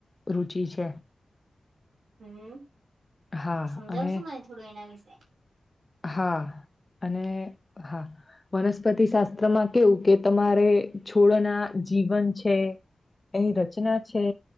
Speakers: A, on the left; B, on the right.
A: રુચિ છે.
B: હમ્મ
A: હા
B: સમજાવશો
A: અને
B: મને થોડું એના વિશે?
A: હા અને હા વનસ્પતિ શાસ્ત્રમાં કેવું કે તમારે છોડના જીવન છે એની રચના છે